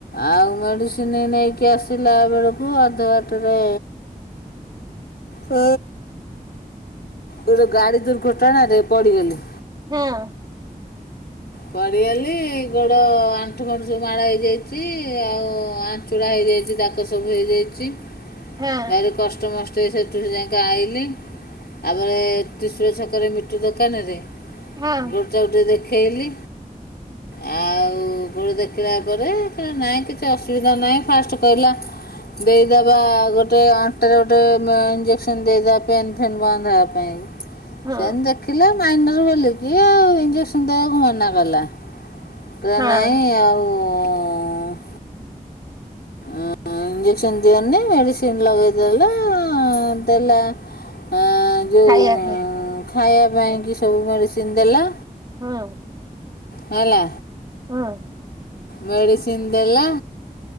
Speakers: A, on the left; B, on the right.
A: ଆଉ ମେଡିସିନ୍ ନେଇନୁଆକି ଆସିଲା ବେଳକୁ ଅଧା ବାଟରେ ଓ। ଗୋଟେ ଗାଡ଼ି ଦୁର୍ଘଟଣାରେ ପଡ଼ିଗଲି।
B: ହେଁଅ।
A: ପଡ଼ିଗଲି ଗୋଡ଼ ଆଣ୍ଠୁ ଫାଣ୍ଠୁ ସବୁ ମାଡ଼ ହେଇଯାଇଚି ଆଉ ଚୁଡ଼ା ହେଇଯାଇଚି ଦାଗ ସବୁ ହେଇଯାଇଚି
B: ହଁ
A: ଭାରି କଷ୍ଟେମଷ୍ଟେ ସେ ସେଥିରୁ ଯାଇକି ଆଇଲିି ତାପରେ ତ୍ରିଶୂଳ ଛକରେ ମିଟୁ ଦୋକାନରେ
B: ହଁ
A: ଗୋଡଟାକୁ ଟିକେ ଦେଖେଇଲି। ଏ ଆଉ ଗୋଡ ଦେଖିଲା ପରେ କହିଲା ନାଇଁ କିଛି ଅସୁବିଧା ନାହିଁ ଫାଷ୍ଟ କହିଲା ଦେଇଦବା ଗୋଟେ ଅଣ୍ଟାରେ ଗୋଟେ ମେ ଇଞ୍ଜେକ୍ସନ୍ ଦେଇଦବା ପେନ୍ ଫେନ୍ ବନ୍ଦ ହବାପାଇଁ।
B: ହଁ
A: ସେନ୍ ଦେଖିଲେ ମାଇନର ବୋଲିକି ଏ ଇଞ୍ଜେକ୍ସନ ଦବାକୁ ମନାକଲା। କହିଲା
B: ହଁ
A: ନାଇଁ ଆଉ ଅଁ ଇଞ୍ଜେକ୍ସନ ଦିଅନି ମେଡିସିନ ଲଗେଇଦେଲା ଦେଲା। ଏଁ ଯୋଉ
B: ଖାଇବାକୁ
A: ଖାଇବା ପାଇଁକି ସବୁ ମେଡିସିନ ଦେଲା।
B: ହଁ।
A: ହେଲା
B: ହଁ
A: ମେଡିସିନ ଦେଲା